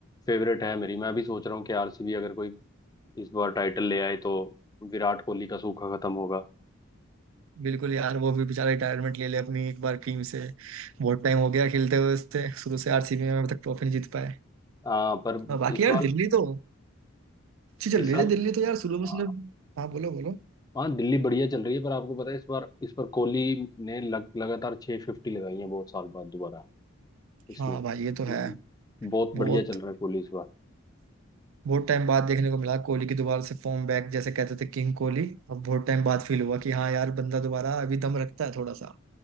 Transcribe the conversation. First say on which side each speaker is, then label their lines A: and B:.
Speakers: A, on the left; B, on the right.
A: फेवरेट है मेरी मैं भी सोच रहा हूँ कि आरसीबी अगर कोई इस बार टाइटल ले आए तो विराट कोहली का सूखा खत्म होगा
B: बिल्कुल यार वो भी बेचारा रिटायरमेंट ले ले अपनी एक बार टीम से बहुत टाइम हो गया खेलते हुए उससे शुरू से आरसीबी में अब तक ट्रॉफी नहीं जीत पाए
A: आ, पर
B: और बाकी
A: इस
B: यार
A: बार
B: दिल्ली तो अच्छी चल
A: इस
B: रही
A: साल
B: थी दिल्ली तो यार शुरू में उसने
A: आ,
B: हाँ बोलो बोलो
A: हाँ दिल्ली बढ़िया चल रही है पर आपको पता है इस बार इस बार कोहली ने लग, लगातार छह फिफ्टी लगाई है बहुत साल बाद दोबारा इसमें
B: हाँ
A: हम्म,
B: भाई ये तो है
A: हम्म, बहुत
B: बहुत
A: बढ़िया चल रहा है कोहली इस बार
B: बहुत टाइम बाद देखने को मिला कोहली की दोबारा से फॉर्म बैक जैसे कहते थे किंग कोहली अब बहुत टाइम बाद फील हुआ कि हाँ यार बंदा दोबारा अभी दम रखता है थोड़ा सा